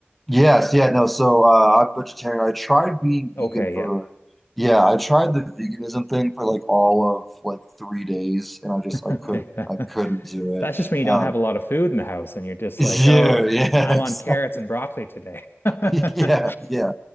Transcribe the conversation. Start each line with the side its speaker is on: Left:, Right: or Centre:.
Centre: Yes, yeah, no. So uh, I'm vegetarian. I tried being vegan
Left: Okay,
Centre: for,
Left: yeah. <laughs>
Centre: yeah, I tried the veganism thing for like all of like three days, and I just I
Left: Okay.
Centre: couldn't
Left: <laughs>
Centre: I couldn't do
Left: That's
Centre: it.
Left: just when you
Centre: Uh,
Left: don't have a lot of food in the house and you're just
Centre: yeah,
Left: like, oh,
Centre: yeah,
Left: I- I'm
Centre: <laughs> exactly.
Left: on carrots and broccoli today.
Centre: <laughs> Yeah,
Left: <laughs>
Centre: yeah.